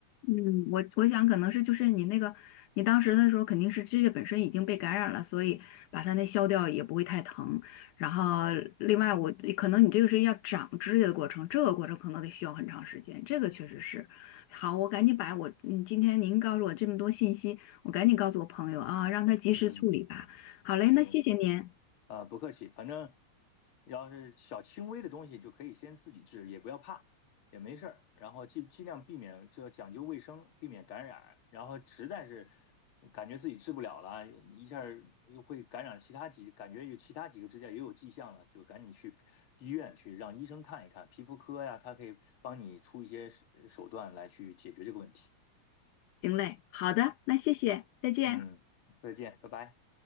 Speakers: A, on the left; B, on the left.
A: 嗯，我我想可能是就是你那个，你当时的时候肯定是指甲本身已经被感染了，所以把它那削掉也不会太疼。然后另外我可能你这个是要长指甲的过程，这个过程可能得需要很长时间，这个确实是。好，我赶紧把我嗯今天您告诉我这么多信息，我赶紧告诉我朋友啊，让他及时处理吧。
B: 嗯，
A: 好嘞，
B: 对，
A: 那谢谢您。
B: 呃，不客气，反正要是小轻微的东西就可以先自己治，也不要怕，也没事儿。然后尽尽量避免，这讲究卫生，避免感染。然后实在是感觉自己治不了了，一下儿又会感染其他几，感觉有其他几个指甲也有迹象了，就赶紧去医院去让医生看一看，皮肤科呀，他可以帮你出一些手手段来去解决这个问题。
A: 行嘞，好的，那谢谢，再见。
B: 嗯，再见，拜拜。